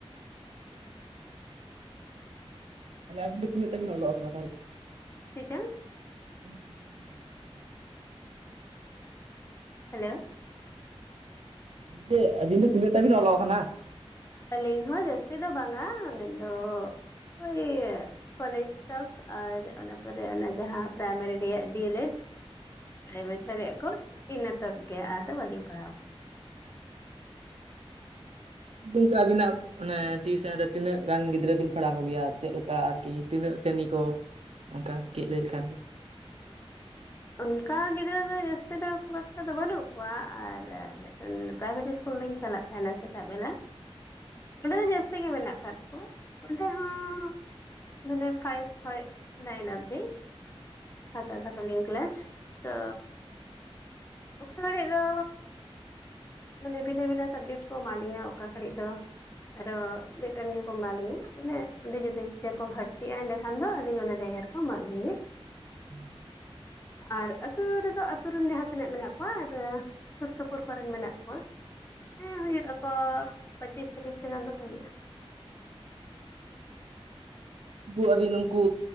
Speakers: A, on the right; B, on the left.
A: ᱛᱟᱦᱚᱞᱮ ᱟᱵᱤᱱ ᱫᱚ ᱛᱤᱱᱟᱹᱜ ᱴᱟ ᱵᱤᱱ ᱚᱞᱚᱜ ᱠᱟᱱᱟ ᱛᱟᱦᱟᱞᱮ?
B: ᱪᱮᱜ ᱪᱚᱝ?
A: ᱛᱤᱱᱟᱹᱜ ᱴᱟ ᱵᱤᱱ ᱚᱞᱚᱜ ᱠᱟᱱᱟ ᱛᱟᱦᱟᱞᱮ?
B: ᱦᱮᱞᱳ?
A: ᱫᱟᱹᱭ ᱟᱵᱤᱱ ᱫᱚ ᱛᱤᱱᱟᱹᱜ ᱴᱟ ᱵᱤᱱ ᱚᱞᱚᱜ ᱠᱟᱱᱟ?
B: ᱟᱞᱤᱧ ᱦᱚ ᱡᱟᱹᱥᱛᱤ ᱫᱚ ᱵᱟᱝᱟ ᱢᱮᱱᱫᱚ ᱳᱭ ᱠᱚᱞᱮᱡᱽ ᱛᱚᱠ ᱟᱨ ᱚᱱᱟ ᱯᱚᱨᱮ ᱚᱱᱟ ᱡᱟᱦᱟ ᱯᱨᱟᱭᱢᱟᱨᱤ ᱨᱮᱭᱟᱜ ᱰᱤᱭᱮᱞᱮᱵ ᱢᱚᱬᱮ ᱵᱚᱪᱷᱚᱨ ᱨᱮᱭᱟᱜ ᱠᱳᱨᱥ ᱤᱱᱟᱹᱛᱚᱠ ᱜᱮ ᱟᱫᱚ ᱵᱟᱞᱤᱧ ᱯᱟᱲᱦᱟᱣ
A: ᱵᱩᱝᱠᱤ ᱟᱵᱤᱱᱟᱜ ᱚᱱᱮ ᱴᱤᱣᱩᱥᱮᱱ ᱨᱮ ᱛᱤᱱᱟᱹᱜ ᱜᱟᱱ ᱜᱤᱫᱽᱨᱟᱹ ᱵᱤᱱ ᱯᱟᱲᱦᱟᱣ ᱠᱚᱜᱮᱭᱟ ᱪᱮᱫᱞᱮᱠᱟ ᱟᱨᱠᱤ ᱛᱤᱱᱟᱹᱜ ᱥᱮᱨᱱᱤ ᱠᱚ ᱚᱱᱠᱟ ᱜᱮᱡ ᱞᱟᱹᱭ ᱞᱮᱠᱷᱟᱱ ᱫᱚ
B: ᱚᱱᱠᱟ ᱜᱤᱫᱽᱨᱟᱹ ᱫᱚ ᱡᱟᱹᱥᱛᱤ ᱫᱚ ᱠᱷᱩᱵᱽ ᱮᱠᱴᱟ ᱫᱚ ᱵᱟᱹᱱᱩᱜ ᱠᱚᱣᱟ ᱟᱨ ᱢᱤᱫᱴᱮᱱ ᱯᱨᱟᱭᱵᱷᱮᱴ ᱤᱥᱠᱩᱞ ᱞᱤᱧ ᱪᱟᱞᱟᱜ ᱛᱟᱦᱮᱱᱟ ᱥᱮᱛᱟᱜ ᱵᱮᱞᱟ ᱚᱸᱰᱮ ᱫᱚ ᱡᱟᱥ ᱛᱤ ᱜᱮ ᱢᱮᱱᱟᱜ ᱠᱟᱫ ᱠᱚᱣᱟ ᱚᱸᱰᱮ ᱦᱚᱸ ᱢᱟᱱᱮ ᱯᱷᱟᱭᱤᱵ ᱠᱷᱚᱡ ᱱᱟᱭᱤᱱ ᱚᱵᱫᱤ ᱦᱟᱛᱟᱣ ᱛᱟᱠᱚᱣᱟᱞᱤᱧ ᱠᱞᱟᱥ ᱛᱚ ᱚᱠᱟ ᱜᱷᱟᱹᱲᱤᱡ ᱫᱚ ᱢᱟᱱᱮ ᱵᱷᱤᱱᱟᱹ ᱵᱷᱤᱱᱟᱹ ᱥᱟᱵᱡᱮᱠᱴ ᱠᱚ ᱮᱢᱟ ᱞᱤᱧᱟ ᱚᱠᱟ ᱜᱷᱟᱹᱲᱤᱡ ᱫᱚ ᱟᱨᱚ ᱢᱤᱫᱴᱮᱱ ᱜᱮᱠᱚ ᱮᱢᱟ ᱞᱤᱧᱟᱹ ᱢᱟᱱᱮ ᱚᱸᱰᱮ ᱡᱩᱫᱤ ᱴᱤᱪᱟᱨ ᱠᱚ ᱜᱷᱟᱹᱴᱛᱤᱜᱼᱟ ᱮᱸᱰᱮ ᱠᱷᱟᱱ ᱫᱚ ᱟᱞᱤᱧ ᱚᱱᱟ ᱡᱟᱭᱜᱟ ᱨᱮᱠᱚ ᱮᱢᱟᱜ ᱞᱤᱧ ᱜᱮ
A: <inaudible>
B: ᱟᱨ ᱟᱹᱛᱩ ᱨᱮᱫᱚ ᱟᱹᱛᱩ ᱨᱮᱱ ᱡᱟᱦᱟ ᱛᱤᱱᱟᱹᱜ ᱢᱮᱱᱟᱜ ᱠᱚᱣᱟ ᱟᱨ ᱥᱩᱨ ᱥᱩᱯᱩᱨ ᱠᱚᱨᱮᱱ ᱢᱮᱱᱟᱜ ᱠᱚᱣᱟ ᱦᱮ ᱦᱩᱭᱩᱜ ᱟᱠᱚ ᱯᱚᱪᱤᱥ ᱛᱤᱨᱤᱥ ᱴᱤ ᱜᱟᱱ ᱫᱚᱠᱚ ᱦᱩᱭᱩᱜᱼᱟ᱾
A: ᱵᱳ ᱟᱹᱵᱤᱱ ᱩᱱᱠᱩ